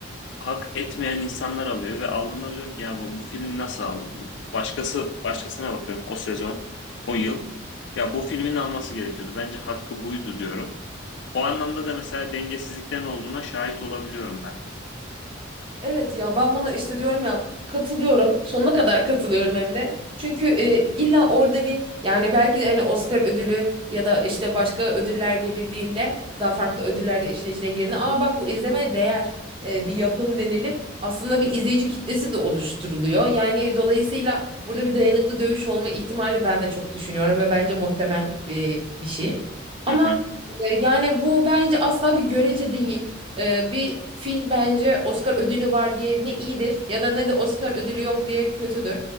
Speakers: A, on the left (about 60°); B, on the right (about 25°).
A: Hak etmeyen insanlar alıyor ve aldığında diyorum ki ya bu, bu film nasıl aldı? Bu, başkası başkasına bakıyorum o sezon, o yıl. Ya bu filmin alması gerekiyordu. Bence hakkı buydu diyorum. O anlamda da mesela dengesizliklerin olduğuna şahit olabiliyorum ben de.
B: Evet ya ben buna işte diyorum ya katılıyorum sonuna kadar katılıyorum hem de çünkü e, illa orada bir yani belki de hani Oscar ödülü ya da işte başka ödüller verildiğinde daha farklı ödüller de işin içine girdiğinde aa bak bu izlemeye değer e, bir yapım denilip aslında bir izleyici kitlesi de oluşturuluyor yani dolayısıyla burada bir dayanıklı dövüş olma ihtimali ben de çok düşünüyorum ve bence muhtemel e, bir şey
A: Hı
B: ama
A: hı.
B: e, yani bu bence asla bir görece değil. Ee, bir film bence Oscar ödülü var diye ne iyidir ya da ne de Oscar ödülü yok diye kötüdür.